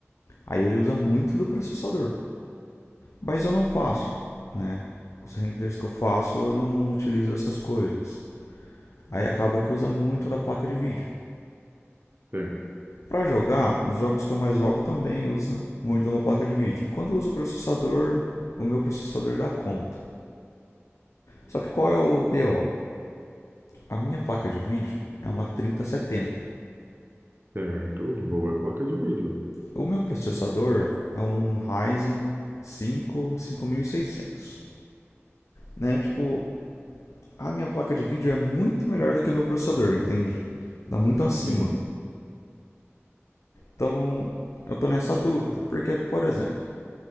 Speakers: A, on the left; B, on the right.
A: aí ele usa muito do processador. Mas eu não faço, né? Os renders que eu faço, eu não utilizo essas coisas. Aí acaba que usa muito da placa de vídeo.
B: Certo.
A: Para jogar, os jogos que eu mais jogo também usa muito da placa de vídeo. Quando eu uso o processador, o meu processador dá conta. Só que qual é o BO? A minha placa de vídeo é uma 3070.
B: Certo. Boa placa de vídeo.
A: O meu processador é um Ryzen 5 5600, né? Tipo, a minha placa de vídeo é muito melhor do que o meu processador, entende? Tá muito acima.
B: Sim,
A: Então, eu tô nessa dúvida, porque, por exemplo,